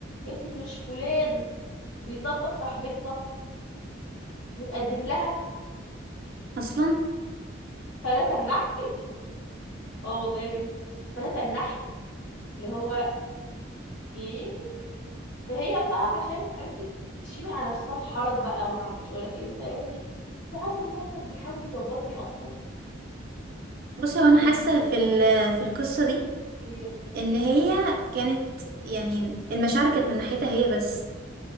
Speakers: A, on the left; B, on the right.
A: قالت لي مش فلان بيظبط صاحبتنا وتقدم لها
B: اصلا
A: فانا تنحت <laughs> اه والله يا بنتي فانا تنحت اللي هو ايه فهي بقى عشان حبيبتي تشيل على نفسها الحرج بقى ما اعرفش ولا ايه فقالت لي انت عارفه ان هو كان بيحاول يظبطني اصلا
B: بصي هو انا
A: قلت لها
B: حاسة في ال- في القصة دي
A: ايه
B: ان هي كانت يعني المشاعر كانت من ناحيتها هي بس